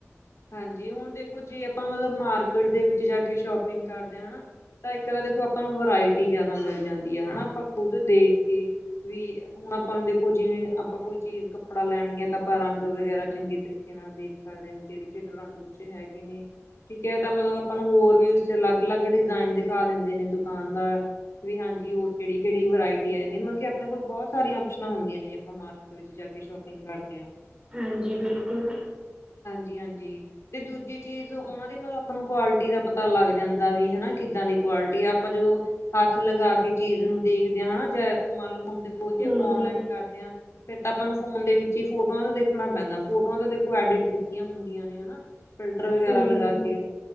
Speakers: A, on the left; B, on the right.
A: ਹਾਂਜੀ, ਹੁਣ ਦੇਖੋ ਜੇ ਆਪਾਂ ਮਤਲਬ ਮਾਰਕੀਟ ਦੇ ਵਿੱਚ ਜਾ ਕੇ ਸ਼ੋਪਿੰਗ ਕਰਦੇ ਹਾਂ ਹਨਾ ਤਾਂ ਇੱਕ ਤਾਂ ਦੇਖੋ ਆਪਾਂ ਨੂੰ ਵਰਾਇਟੀ ਜਿਆਦਾ ਮਿਲ ਜਾਂਦੀ ਆ ਹਨਾ, ਆਪਾਂ ਖੁੱਦ ਦੇਖ ਕੇ ਵੀ ਹੁਣ ਆਪਾਂ ਨੂੰ ਦੇਖੋ ਜਿਵੇਂ ਆਪਾਂ ਕੋਈ ਚੀਜ਼ ਕੱਪੜਾ ਲੈਣਗੀਆਂ ਤਾਂ ਆਪਾਂ ਰੰਗ ਵਗੈਰਾ ਚੰਗੇ ਤਰੀਕੇ ਦੇਖ ਸਕਦੇ ਹਾਂ ਵੀ ਕਿਹੜੇ-ਕਿਹੜੇ ਰੰਗ ਉੱਚੇ ਹੈਗੇ ਨੇ। ਠੀਕ ਏ ਤਾਂ ਮਤਲਬ ਆਪਾਂ ਨੂੰ ਹੋਰ ਵੀ ਉਸ 'ਚ ਅਲੱਗ- ਅਲੱਗ ਡਿਜ਼ਾਇਨ ਦਿਖਾ ਦਿੰਦੇ ਨੇ ਦੁਕਾਨਦਾਰ ਵੀ ਹਾਂਜੀ ਹੋਰ ਕਿਹੜੀ- ਕਿਹੜੀ ਵਰਾਇਟੀ ਆ ਜਾਂਦੀ, ਮਤਲਬ ਆਪਣੇ ਕੋਲ ਬਹੁਤ ਸਾਰੀਆਂ ਆਪਸ਼ਨਾਂ ਹੁੰਦੀਆਂ ਜੇ ਆਪਾਂ ਮਾਰਕੀਟ ਵਿੱਚ ਜਾ ਕੇ ਸ਼ੋਪਿੰਗ ਕਰਦੇ ਹਾਂ।
B: ਹਾਂਜੀ, ਬਿਲਕੁਲ।
A: ਜੀ ਹਾਂਜੀ। 'ਤੇ ਦੂਜੀ ਚੀਜ਼ ਉਹਨਾਂ ਦੀ ਮਤਲਬ ਆਪ ਨੂੰ ਕੁਆਲਿਟੀ ਦਾ ਪਤਾ ਲੱਗ ਜਾਂਦਾ ਵੀ, ਹਨਾ ਕਿੱਦਾਂ ਦੀ ਕੁਆਲਿਟੀ ਆ ਆਪਾਂ ਜਦੋਂ ਹੱਥ ਲਗਾ ਕੇ ਚੀਜ਼ ਨੂੰ ਦੇਖਦੇ ਹਾਂ ਹਨਾ, ਜਾਂ ਮੰਨ ਲਓ ਹੁਣ ਦੇਖੋ ਜੇ
B: ਹੂੰ,
A: ਆਪਾਂ ਔਨਲਾਈਨ ਕਰਦੇ ਹਾਂ ਫਿਰ ਤਾਂ ਆਪਾਂ ਨੂੰ ਫੋਨ ਦੇ ਵਿੱਚ ਹੀ ਫੋਟੋਆਂ ਦਾ ਦੇਖਣਾ ਪੈਂਦਾ ਫੋਟੋਆਂ ਦਾ ਦੇਖੋ ਐਡਿਟ ਹੁੰਦੀਆਂ ਨੇ ਹਨਾ, ਫਿਲਟਰ ਵਗੈਰਾ
B: ਹੂੰ
A: ਲਗਾ ਕੇ